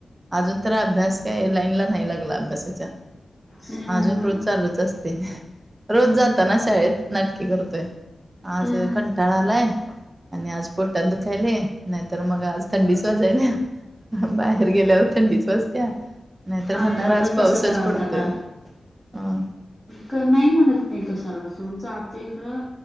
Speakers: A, on the right; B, in the centre.
A: अजून तर अभ्यास काय लाईनला नाही लागला अभ्यासाच्या
B: हा
A: अजून रोज चालूच असतंय, रोज जाताना शाळेत नाटकी करतोय. आज
B: हा
A: कंटाळा आलाय. आणि आज पोटात दुखायले नाहीतर मग आज थंडीच वाजायला. बाहेर गेल्यावर थंडीच वाजत्या. नाहीतर म्हणणार
B: आमचं
A: आज
B: तर
A: पाऊसच
B: तसं करालता
A: पडतोय.
B: काल.
A: ह
B: का नाही म्हणत नाही कशाला सोडच जातोय खरं.